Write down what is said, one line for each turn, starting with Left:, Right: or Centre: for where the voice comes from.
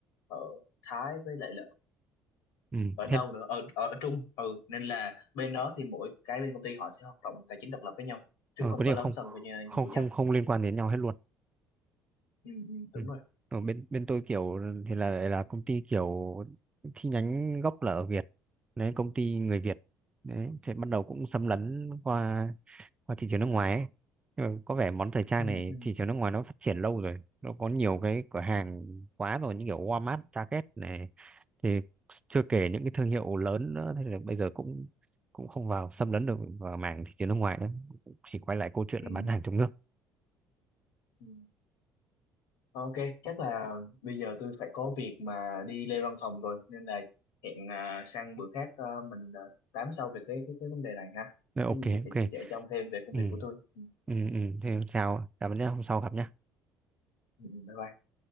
Left: ở Thái với lại là
Right: ừ
Left: ở đâu
Right: hết
Left: nữa ở ở Trung ừ nên là bên đó thì mỗi cái bên công ty họ sẽ hoạt động tài chính độc lập với nhau
Right: ờ,
Left: chứ không
Right: có điều
Left: có lấn
Right: không
Left: sân với nhau
Right: không
Left: của
Right: không
Left: nhau
Right: không liên quan đến nhau hết luôn
Left: ừ, ừ, đúng
Right: ừ.
Left: rồi
Right: ở bên bên tôi kiểu thì là là công ty kiểu chi nhánh gốc là ở Việt đấy công ty người Việt đấy thì bắt đầu cũng xâm lấn qua qua thị trường nước ngoài ấy. Nhưng mà có vẻ món thời trang
Left: ừ,
Right: này
Left: ừ,
Right: thị trường nước ngoài nó phát triển lâu rồi nó có nhiều cái cửa hàng quá rồi như kiểu Walmart, Target này thì chưa kể những cái thương hiệu lớn nữa thế là bây giờ cũng cũng không vào xâm lấn được vào mảng thị trường nước ngoài nữa chỉ quay lại câu chuyện
Left: Ừ,
Right: là bán hàng trong nước
Left: ừ. Ok, chắc là bây giờ tôi phải có việc mà đi lên văn phòng rồi nên là hẹn à, sang bữa khác à, mình à, tám sau về cái cái cái vấn đề này ha.
Right: Rồi, ok
Left: Có gì tôi sẽ
Right: ok
Left: chia sẻ cho ông thêm về công
Right: ừ,
Left: việc của tôi. Ừ,
Right: ừ, ừ. Thế sao cảm ơn hôm sau gặp nhé
Left: ừ, ừ, Bye bye.